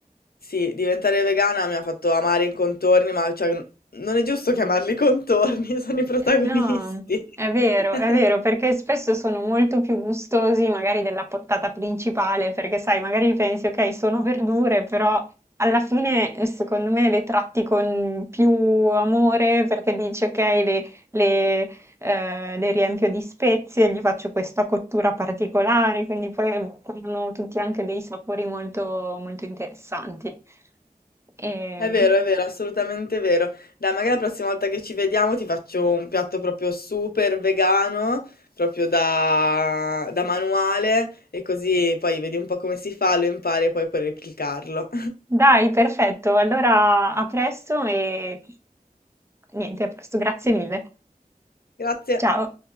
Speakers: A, on the left; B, on the right.
A: Sì, diventare vegana mi ha fatto amare i contorni, ma cioè, non è giusto chiamarli contorni, <laughs> sono i protagonisti.
B: No, è vero,
A: <laughs>
B: è vero, perché spesso sono molto più gustosi magari della portata principale, perché sai, magari pensi, ok, sono verdure, però alla fine eh, secondo me le tratti con più amore perché dici, ok, le, le, eh, le riempio di spezie, gli faccio questa cottura particolare, quindi poi eh, hanno tutti anche dei sapori molto, molto interessanti. Ehm,
A: È vero, è vero, assolutamente vero. Dai, magari la prossima volta che ci vediamo ti faccio un piatto proprio super vegano, proprio da, da manuale, e così poi vedi un po' come si fa, lo impari e poi puoi replicarlo.
B: Dai, perfetto. Allora a presto e niente, a presto, grazie mille.
A: <laughs> Grazie.
B: Ciao.